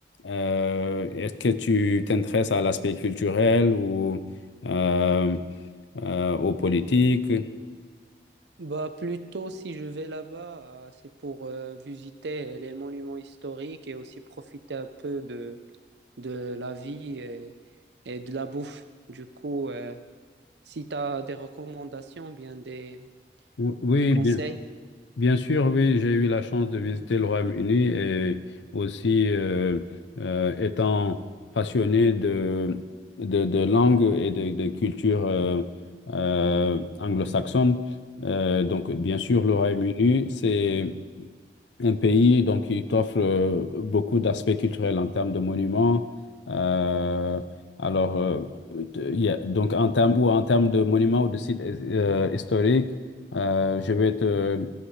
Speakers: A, on the left; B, on the right.
A: Euh, est-ce que tu t'intéresses à l'aspect culturel ou euh, euh, aux politiques?
B: Bah, plutôt si je vais là-bas, euh, c'est pour euh, visiter euh, les monuments historiques et aussi profiter un peu de, de la vie et, et de la bouffe. Du coup, euh, si tu as des recommandations, bien des,
A: Ou- Oui,
B: des conseils.
A: bien, bien sûr, oui, j'ai eu la chance de visiter le Royaume-Uni et aussi euh, euh, étant passionné de, de, de langue et de, de culture euh, euh, anglo-saxonne. euh, donc, bien sûr, le Royaume-Uni, c'est un pays donc qui t'offre euh, beaucoup d'aspects culturels en termes de monuments. euh, alors, euh, de- il y a- donc en termes ou en termes de monuments ou de sites euh, historiques, euh, je vais te